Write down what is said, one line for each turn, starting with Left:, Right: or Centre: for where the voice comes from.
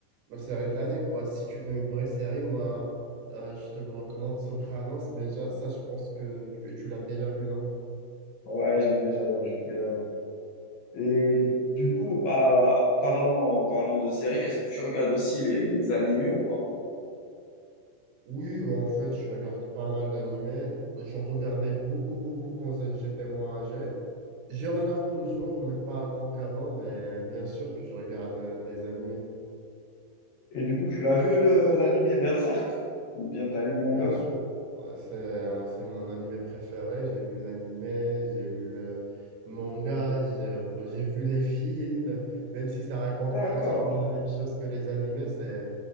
Right: la série de l'année, quoi. Si tu veux une vraie série, moi, euh, je te recommande Sopranos, mais ja- ça, je pense que tu, tu l'as déjà vu, non?
Left: ouais, je l'ai déjà vu, je l'ai déjà vu. Et du coup, bah, parlant, en parlant de séries, est-ce que tu regardes aussi les, les animés ou pas?
Right: Oui, en fait, je regarde pas mal d'animés. J'en regardais beaucoup, beaucoup quand j'étais moins âgé. Je regarde toujours, mais pas autant qu'avant, mais bien sûr que je regarde euh, des animés.
Left: Et du coup, tu l'as vu le- l'animé Berserk? Ou bien t'as lu le manga?
Right: Bien sûr, euh, c'est euh, c'est mon animé préféré. J'ai vu l'animé, j'ai lu le manga, j'ai j'ai vu les films, même si ça raconte
Left: D'accord.
Right: pratiquement la même chose que les animés, c'est